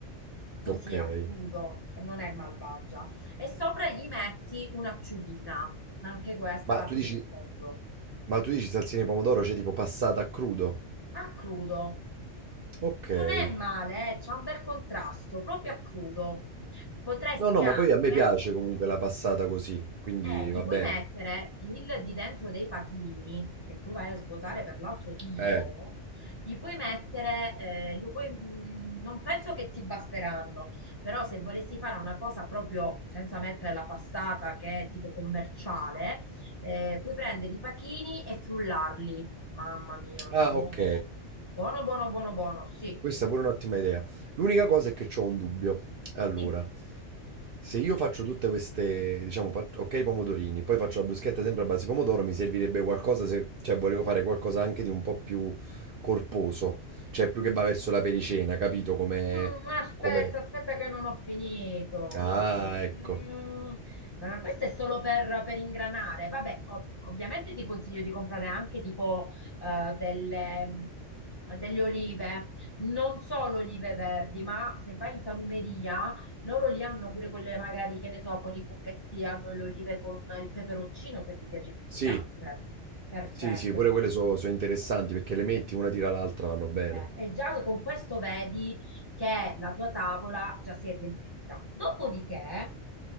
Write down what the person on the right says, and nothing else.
okay.
Ma
tu
dici
ma tu dici salsina di pomodoro, cioè tipo passata a crudo?
Okay.
No, no,
ma poi a me piace comunque la passata così, quindi
va
bene.
Eh,
ah,
ok.
Questa è pure un'ottima idea. L'unica cosa è che ho un dubbio. Allora,
se io faccio tutte queste, diciamo, fa- ok, pomodorini, poi faccio la bruschetta sempre a base di pomodoro, mi servirebbe qualcosa se, cioè, volevo fare qualcosa anche di un po' più corposo, cioè più che va verso la pericena, capito? Come,
come...
Ah, ecco.
Sì,
sì, sì, pure quelle sono interessanti perché le metti una tira l'altra, vanno bene.